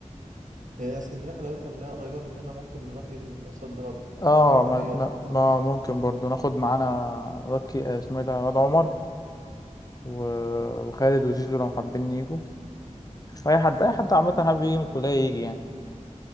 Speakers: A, on the right (about 90°); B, on the left (about 30°).
A: هي اسكندرية حلاوتها إنها قريبة مننا ممكن نروح يوم صد رد
B: اه
A: بالعربيات
B: ما... ما... ما ممكن برضو ناخد معانا واد كي- آه، اسمه ايه ده واد عمر و... وخالد وزيزو لو حابين يجوا اي حد اي حد عامه حابب يجي من الكليه يجي يعني